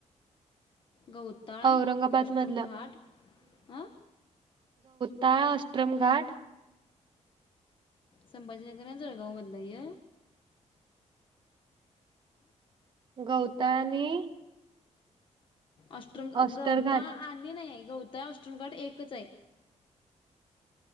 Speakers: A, on the left; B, on the right.
A: गवताळ
B: औरंगाबाद
A: अष्टमघाट
B: मधलं
A: अ
B: ताळ अष्टम घाट
A: संभाजीनगर अन् जळगाव मधलंय
B: गवताळ आणि
A: अष्टम अ
B: ऑस्टर
A: गवता
B: घाट
A: आणि नाय गवताळ <inaudible> एक एक हाय